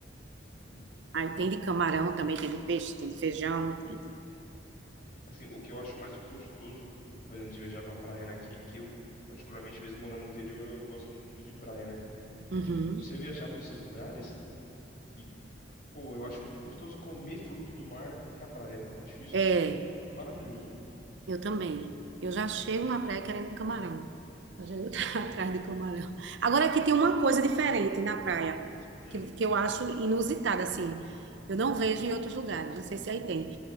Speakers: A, on the left (about 45°); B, on the right (about 70°).
A: Hum,
B: Aí tem de camarão também, tem de peixe, tem de feijão, tem de...
A: Assim, o que eu acho mais gostoso, por exemplo, de viajar pra praia, né? Que, que eu, particularmente, mesmo morando no interior, eu gosto muito de praia, né?
B: Uhum.
A: É que você viajar pra esses lugares e, pô, eu acho muito gostoso comer fruto do mar na praia. Eu acho isso
B: É,
A: maravilhoso.
B: Eu também. Eu já chego na praia querendo camarão. Já chego <laughs> atrás do camarão. Agora aqui tem uma coisa diferente na praia,
A: Hum,
B: que, que eu acho inusitada, assim. Eu não vejo em outros lugares, não sei se aí tem.